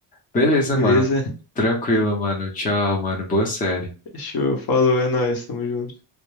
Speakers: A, on the left; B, on the left.
A: Beleza,
B: beleza?
A: mano. Tranquilo, mano. Tchau, mano. Boa série.
B: Show, falou, é nóis, tamo junto.